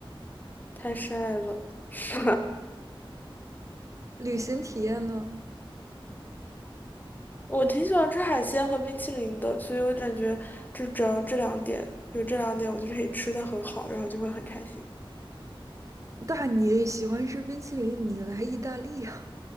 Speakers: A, on the left; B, on the right.
A: 太晒了。<laughs>
B: 旅行体验呢？
A: 我挺喜欢吃海鲜和冰淇淋的，所以我感觉就只要这两点，有这两点，我就可以吃的很好，然后就会很开心。
B: 大你喜欢吃冰淇淋，你来意大利啊？